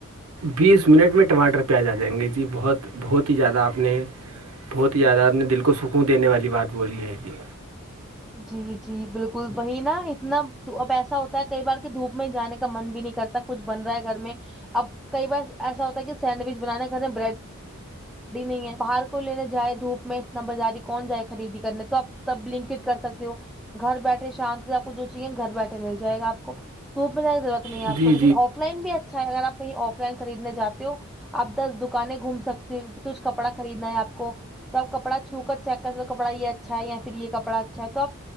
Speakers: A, on the right (about 85°); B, in the centre.
A: بیس منٹ میں ٹماٹر پیازا دیں گے جی بہت بہت ہی زیادہ آپ نے بہت ہی یاد آار نے دل کو سکون دینے والی بات بولی ہے جی
B: جی جی بالکل وہی نا اتنا اب ایسا ہوتا ہے کئی بار کے دھوپ میں جانے کا من بھی نہیں کرتا کچھ بن رہا ہے گھر میں اب کئی بار ایسا ہوتا کہ سینڈوچ بنانے کے بریڈ ی نہیں ہے باہر کو لینے جائے دھوپ میں اتنا بازاری کون جائے خریدی کرنے تو آپ تب لنکڈ کر سکتے ہو گھر بیٹھے شانت سے آپ کو جو چیے نا گھر بیٹھے مل جائے گا آپ کو دوپ میںرورت نہیں
A: جی
B: آپ کو لیکن آف لائن بھی اچھا ہے اگر آپ کہیں آف لائن خریدنے جاتے ہو آپ دس دکانیں گھوم سکتی ہو کچھ کپڑا خریدنا ہے آپ کو تب کپڑا چھو کر چیک کرتے تو کپا یہ اچھا ہے یا پھر یہ کپا اچھا ہے توب